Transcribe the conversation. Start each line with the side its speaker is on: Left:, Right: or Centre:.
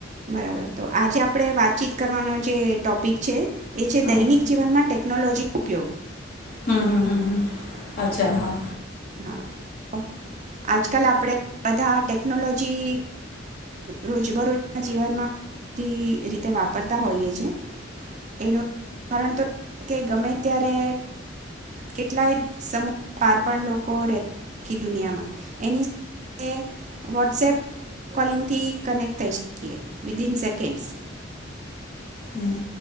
Right: બરાબર તો આજે આપણે વાતચીત કરવાનો જે ટોપિક છે. એ છે
Left: હા
Right: દૈનિક જીવન માટે ટેક્નોલોજી ઉપયોગ
Left: હમ હમ હમ હ, અચ્છા હા.
Right: હા તો આજકાલ આપણે બધા ટેકનોલોજી રોજબરોજના જીવનમાંથી રીતે વાપરતા હોઈએ છે. એનું <unintelligible> ધારણ કે ગમે ત્યારે, કેટલાય સમૂહ પારપ લોકો લોકો રહે આખી દુનિયામાં, એની સાથે વોટ્સએપ કોલિંગથી કનેક્ટ થઈ શકીએ, વિદન સેકન્ડ્સ
Left: હમ.